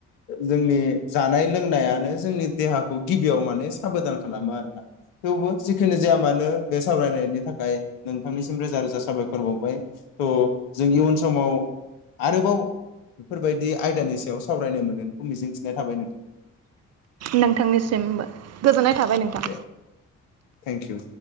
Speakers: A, on the left; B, on the right.
A: जोंनि जानाय लोंनायानो जोंनि देहाखौ गिबियाव माने साबदान खालामो आरोना। थेवबो जिखिनि जाया मानो बे सावरायनायनि थाखाय नोंथांनिसिम रोजा रोजा साबायखर बावबाय थ' जों इयुन समाव आरोबाव बेफोरबायदि आयदानि सायाव सावरायनो मोनगोनखौ मिजिंथिनाय थाबाय नोंथां।
B: नोंथांनिसिमबो गोजोननाय थाबाय नोंथां।
A: दे थेंक इउ